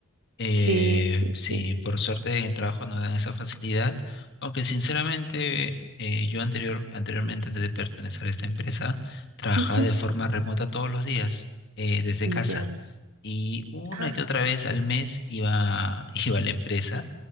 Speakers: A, on the left; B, on the right.
A: Eh,
B: Sí, sí,
A: sí,
B: sí.
A: por suerte en el trabajo no dan esa facilidad, aunque sinceramente eh, yo anterior, anteriormente, antes de pertenecer a esta empresa, trabajaba
B: Ujú.
A: de forma remota todos los días eh, desde casa
B: Ya.
A: y una
B: Ah,
A: que otra vez al mes iba, <laughs> iba a la empresa